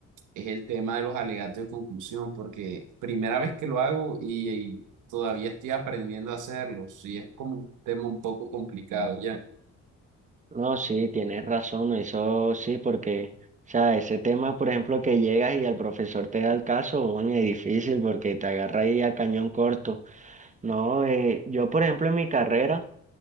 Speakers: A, on the right; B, on the right.
A: es el tema de los alegatos de conclusión, porque primera vez que lo hago y, y todavía estoy aprendiendo a hacerlo, y es como un tema un poco complicado ya.
B: No, sí, tienes razón, eso sí, porque, o sea, ese tema, por ejemplo, que llegas y el profesor te da el caso, oye, es difícil porque te agarra ahí a cañón corto. No, eh, yo, por ejemplo, en mi carrera,